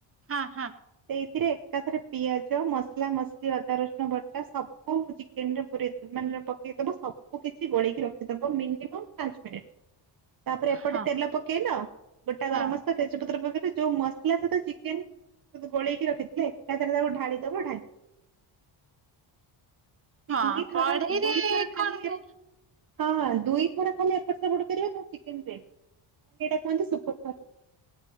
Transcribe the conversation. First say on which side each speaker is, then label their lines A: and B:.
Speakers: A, on the right; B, on the right.
A: ହଁ, ହଁ।
B: ସେଇଥିରେ ଏକାଥରେ ପିଆଜ ମସଲା ମସଲି ଅଦା ରସୁଣ ବଟା ସବୁ ଚିକେନ୍ ରେ ପୁରେଇ ମାନେ ପକେଇ ସବୁ କିଛି ଗୋଳେଇକି ରଖିଦବ ମିନିମମ୍ ପାଞ୍ଚ ମିନିଟ୍। ତାପରେ ଏପଟେ
A: ହଁ
B: ତେଲ ପକେଇଲ ଗୋଟା
A: ହଁ
B: ଗରମ ମସଲା ତେଜପତ୍ର ପକେଇଲ ଯୋଉ ମ ଥିଲା ସହିତ ଚିକେନ ସ ଗୋଳେଇକି ରଖିଥିଲେରେ ତାକୁ ଢାଳି ଦବ ଢା ତିନି
A: ହଁ
B: ଥର
A: କଢେଇରେ
B: ଦୁଇଥର ଖାଲି
A: କଣ କି
B: ହଁଁ ଦୁଇ ଥର ଖାଲି ଏପଟ ସେପଟ କରିବା ଚିକେନ ରେଡି ମାନେ ଏଇଟା କୁହନ୍ତି ସୁର ଫାଷ୍ଟ